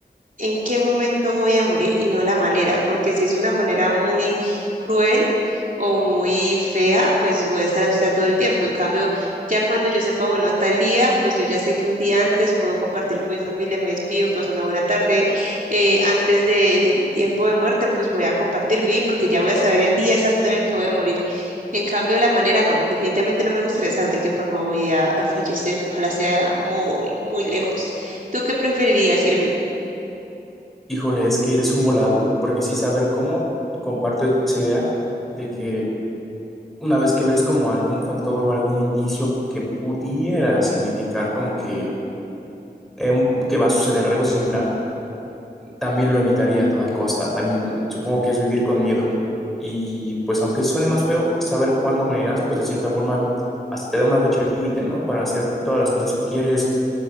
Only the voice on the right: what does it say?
en qué momento voy a morir y no la manera, porque si es una manera muy cruel o muy fea, pues voy a estar ansiosa todo el tiempo. En cambio, ya cuando yo sepa, bueno, a tal día, pues yo ya sé que un día antes puedo compartir con mi familia, me despido, paso una buena tarde. eh, antes de, de mi tiempo de muerte, pues voy a compartir, vivir, porque ya voy a saber el día exacto en el que voy a morir. En cambio, la manera no, definitivamente no me gustaría saber de qué forma voy a, a fallecer, que ojalá sea muy, muy lejos. ¿Tú qué preferirías, Irving?